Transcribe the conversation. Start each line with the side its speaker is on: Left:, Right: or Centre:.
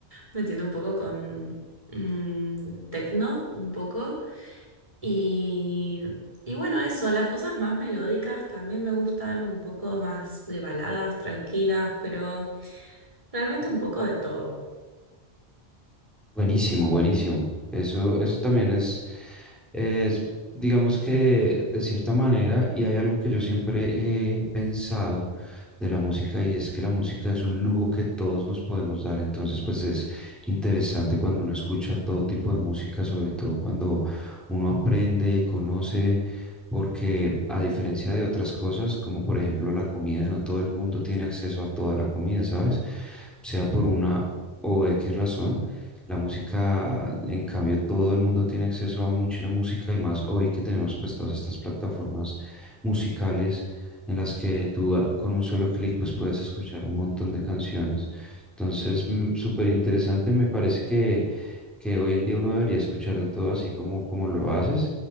Right: metiendo un poco con mm, techno, un poco. Y, y bueno, eso, las cosas más melódicas también me gustan, un poco más de baladas, tranquilas, pero realmente un poco de todo.
Centre: Buenísimo, buenísimo. Eso, eso también es, es, digamos que de cierta manera, y hay algo que yo siempre he pensado de la música, y es que la música es un lujo que todos nos podemos dar. Entonces, pues es interesante cuando uno escucha todo tipo de música, sobre todo cuando uno aprende, conoce, porque a diferencia de otras cosas, como por ejemplo la comida, no todo el mundo tiene acceso a toda la comida, ¿sabes? Sea por una o X razón. La música, en cambio, todo el mundo tiene acceso a mucha música y más hoy que tenemos pues todas estas plataformas musicales en las que tú ah, con un solo clic pues puedes escuchar un montón de canciones. Entonces, mm, súper interesante, me parece que, que hoy en día uno debería escuchar de todo así como, como lo haces.